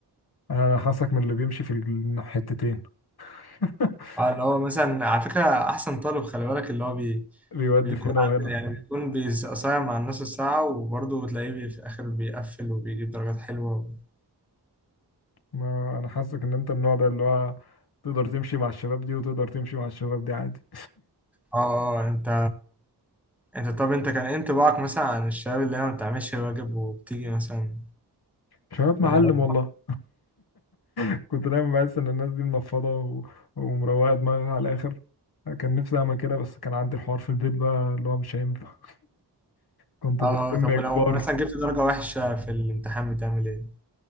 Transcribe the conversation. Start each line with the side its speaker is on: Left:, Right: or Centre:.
Left: انا حاسك من اللي بيمشي في الحتتين <laughs>
Centre: اه اللي هو مثلا على فكره احسن طالب خلي بالك اللي هو بي
Left: بيودي
Centre: بيكون
Left: في هنا
Centre: عامل-
Left: وهنا
Centre: يعني بيكون بيز- صايع مع الناس الساعه وبرضه تلاقيه بي- في الاخر بيقفل وبيجيب درجات حلوه
Left: ما انا حاسك ان انت النوع ده اللي هو تقدر تمشي مع الشباب دي وتقدر تمشي مع الشباب دي عادي
Centre: اه اه اه، انت انت طب انت كان ايه انطباعك مثلا عن الشباب اللي هي ما بتعملش واجب وبتيجي مثلا
Left: شباب معلم
Centre: اه
Left: والله <laughs> كنت دايما بحس ان الناس دي منفضه و... ومروقه دماغها على الاخر كان نفسي اعمل كده بس كان عندي الحوار في البيت بقى اللي هو مش هينفع كنت
Centre: آه،
Left: بهتم
Centre: طب
Left: اجباري
Centre: ولو مثلا جبت درجه وحشه في الامتحان بتعمل ايه